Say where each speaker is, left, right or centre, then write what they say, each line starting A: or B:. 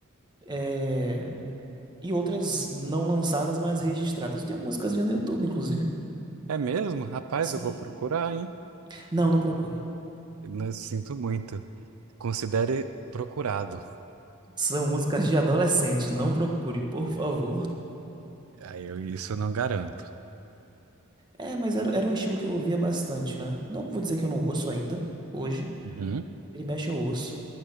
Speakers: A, on the right; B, on the right.
A: eh, e outras não lançadas, mas registradas. Eu tenho músicas minhas no YouTube, inclusive.
B: É mesmo? Rapaz,
A: Sim.
B: eu vou procurar, hein?
A: Não, não procure.
B: Não sinto muito. Considere procurado.
A: São músicas de adolescente, não procure, por favor.
B: Aí eu isso eu não garanto.
A: É, mas era, era um estilo que eu ouvia bastante, né? Não vou dizer que eu não ouço ainda, hoje.
B: Uhum.
A: Ele mexe eu ouço.